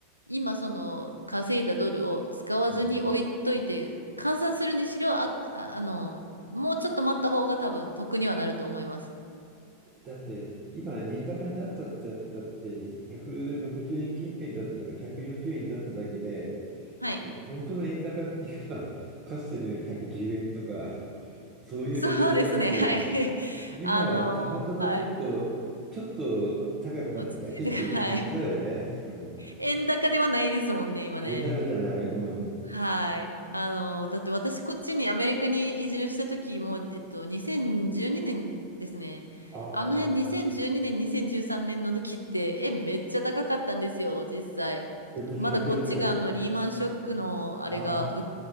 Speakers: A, on the right; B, on the right.
A: 今その稼いだドルを使わずに置いといて、
B: うん、
A: 換算するにしろ、あ、ああの、もうちょっと待った方が多分得にはなると思います。
B: だって、今、円高になったってだって160円近辺だったのが140円になっただけで、
A: はい。
B: え本当の円高っていうのは、かつてのより110円とか、そういうレベルであって、
A: <laughs> そうですね。はい。<laughs>
B: 今はたまたまちょっと、
A: あの、はい。
B: ちょっと高くなっただけっていう感じだよね。
A: 落ち着いてから、はい。
B: うん、
A: 円高ではないですもんね、今ね。
B: 円高じゃない。うん、
A: はい。あの、だって私こっちにアメリカに移住した時もう、えっと、2012年ですね。
B: ああ、
A: あの辺2012年、2013年の時って円めっちゃ高かったんですよ、実際。
B: ちょっと100円ぐらいとか。
A: まだこっちがあのリーマンショックのあれがう
B: ああ。